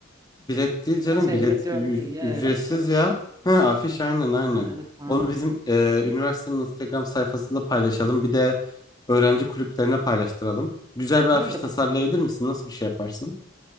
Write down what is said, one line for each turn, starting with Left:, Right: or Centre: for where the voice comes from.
Left: Bilet değil canım
Right: Yani şey
Left: bilet
Right: bilet diyorum
Left: ü-
Right: e,
Left: ücretsiz
Right: afiş afiş.
Left: ya. Hı, afiş
Right: Af-
Left: aynen aynen.
Right: Ha, evet pardon.
Left: Onu bizim e, üniversitenin Instagram sayfasında paylaşalım. Bir de öğrenci kulüplerine paylaştıralım. Güzel
Right: Aha,
Left: bir afiş
Right: ya,
Left: tasarlayabilir
Right: ben-
Left: misin? Nasıl bir şey yaparsın?